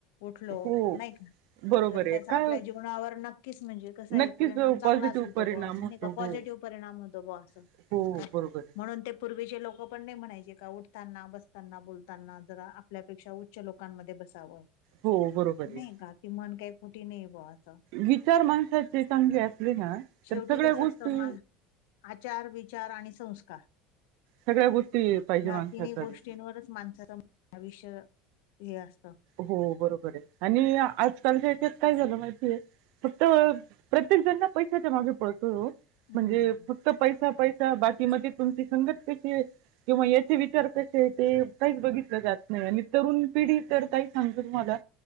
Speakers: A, on the left; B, on the right.
A: उठलो
B: हो
A: नाही का?
B: बरोबर
A: तर
B: आहे
A: त्याचा
B: काय
A: आपल्या
B: होत-
A: जीवनावर नक्कीच म्हणजे कसा आहे
B: नक्कीच
A: परिणाम चांगलाच
B: पॉझिटिव्ह
A: होतो
B: परिणाम
A: ब असं
B: होतो
A: नाही का पॉझिटिव्ह
B: हो
A: परिणाम होतो ब अस
B: हो
A: काय
B: बरोबर आहे
A: म्हणून ते पूर्वीचे लोक पण नाही म्हणायचे का उठताना, बसताना, बोलताना जरा आपल्यापेक्षा च्या लोकांमध्ये बसावं.
B: हो. बरोबर आहे.
A: नाही का ती मन काही खोटी नाही बो असं.
B: विचार माणसाचे चांगले असले ना
A: शेवटी
B: तर सगळ्या
A: कसं
B: गोष्टी
A: असतं मा आचार, विचार आणि संस्कार
B: सगळ्या गोष्टी पाहिजे
A: ह्या
B: माणसाकडे
A: तिन्ही गोष्टींवरच माणसाचा आयुष्य हे असत.
B: हो बरोबर आहे आणि आजकालच्या ह्याच्यात काय झालं माहितीय फक्त प्रत्येक जणना पैशाच्या मागे पडतोय हो.
A: हम्म
B: म्हणजे फक्त पैसा, पैसा बाकीमध्ये तुमची संगत कशी आहे. किंवा याचे विचार कसे आहे ते काहीच बघितलं जात नाही आणि तरुण पिढी तर ताई सांगते तुम्हाला